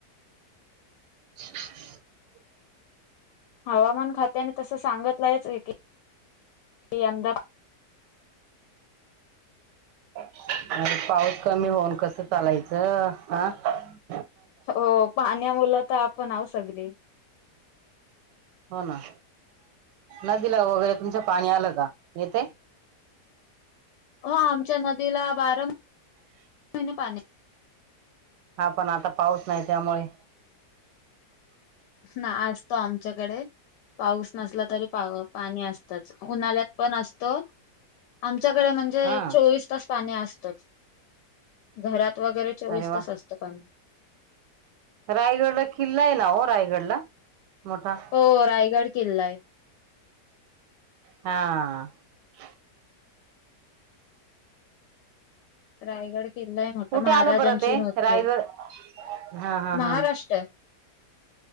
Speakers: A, on the right; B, on the left.
A: <inaudible>
B: हवामान खात्याने तसं सांगितलंयच की <inaudible> कीअहमदाबाद
A: अर पाऊस कमी होऊन कसं चालायचं ह.
B: हो पाण्यामुलं तर आपण आहोत सगली.
A: हो ना. नदीला वगैरे तुमचं पाणी आलं का? येतय?
B: हो आमच्या नदीला बारा म <inaudible> हिने पाणी.
A: हा पण आता पाऊस नाही त्यामुळे <inaudible>
B: ना असतो आमच्याकडे. पाऊस नसला तरी पा पाणी असतच उन्हाळ्यात पण असतो <inaudible> आम च्याकडे म्हणजे
A: हा
B: चोवीस तास पाणी असतच <inaudible> घरात चा वगैरे चोवीस
A: अरे वा
B: तास असतं पाणी.
A: रायगडला किल्ला आहे ना हो रायगडला मोठा?
B: हो रायगड किल्ला आहे. <inaudible>
A: हा. <inaudible>
B: रायगड किल्ला आहे मोठा
A: कुठे
B: महाराजांची
A: आलं बरं ते
B: मूर्ती
A: रायगड
B: आहे.
A: हा हा
B: <inaudible> महाराष्ट्र
A: हा